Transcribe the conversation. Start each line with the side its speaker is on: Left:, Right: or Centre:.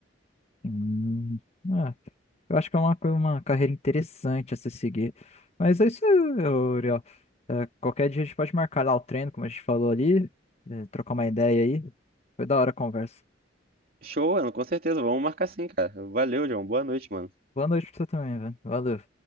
Left: Hum, ah, eu acho que é uma, co- uma carreira interessante a se seguir. Mas é isso aí, ô, Uriel. É, qualquer dia a gente pode marcar lá o treino, como a gente falou ali, é, trocar uma ideia aí. Foi da hora a conversa.
Right: Show, Ana, com certeza. Vamos marcar sim, cara. Valeu, João. Boa noite, mano.
Left: Boa noite pra você também, velho. Valeu.